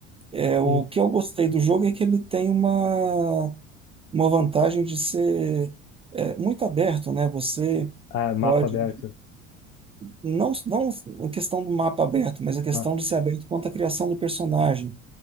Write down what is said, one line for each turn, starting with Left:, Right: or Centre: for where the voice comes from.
Right: É, o
Left: Sim.
Right: que eu gostei do jogo é que ele tem uma, uma vantagem de ser é, muito aberto, né? Você
Left: Ah, mapa
Right: pode,
Left: aberto.
Right: não, não a questão do mapa aberto, mas a questão
Left: Ah,
Right: de ser aberto quanto à criação do personagem.